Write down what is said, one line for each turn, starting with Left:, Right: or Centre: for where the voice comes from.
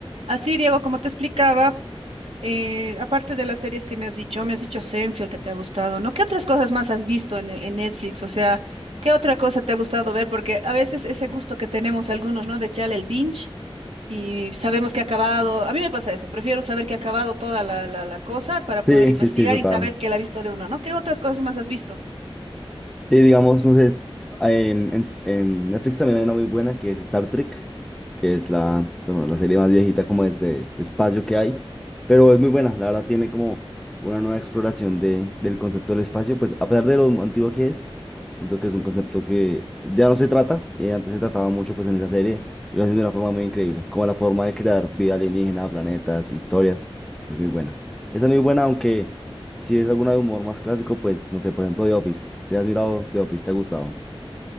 Right: Así, Diego, como te explicaba, eh, aparte de las series que me has dicho, me has dicho Seinfeld que te ha gustado, ¿no? ¿Qué otras cosas más has visto en, en Netflix? O sea, ¿qué otra cosa te ha gustado ver? Porque a veces ese gusto que tenemos algunos, ¿no? De echarle el binge y sabemos que ha acabado. A mí me pasa eso, prefiero saber que ha acabado toda la, la, la cosa para poder
Centre: Sí,
Right: investigar
Centre: sí, sí, total.
Right: y saber que la ha visto de uno, ¿no? ¿Qué otras cosas más has visto?
Centre: Sí, digamos, no sé, en, en- en Netflix también hay una muy buena que es Star Trek, que es la, bueno, la serie más viejita como es de, de espacio que hay, pero es muy buena, la verdad tiene como una nueva exploración de, del concepto del espacio, pues a pesar de lo antiguo que es, siento que es un concepto que ya no se trata, y antes se trataba mucho pues en esa serie, y lo hacen de una forma muy increíble, como la forma de crear vida alienígena, planetas, historias, es muy buena. Esa es muy buena, aunque... Si es alguna de humor más clásico, pues no sé, por ejemplo, The Office. ¿Te has mirado The Office? ¿Te ha gustado?